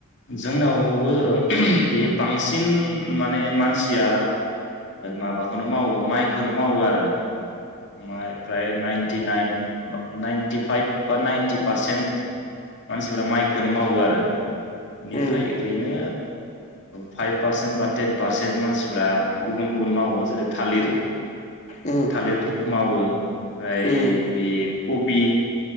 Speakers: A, on the left; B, on the left.
A: जोंनावबो बे बांसिन माने मानसिया माबाखौ खौनो मावो माइखौनो मावो आरो ओमफ्राय फ्राय नाइटिनाइन नाइनटि फाइभ बा नाइनटि पारसेन्ट मानसिफ्रा माइखौनो मावो आरो बेनिफ्राय
B: उम
A: ओरैनो फाइभ पारसेन्ट बा टेन पारसेन्ट मानसिफ्रा गुबुन गुबुन मावो जेरै थालिर
B: उम
A: थालिरफोर बेखौ मावो ओमफ्राय
B: उम
A: बे खबि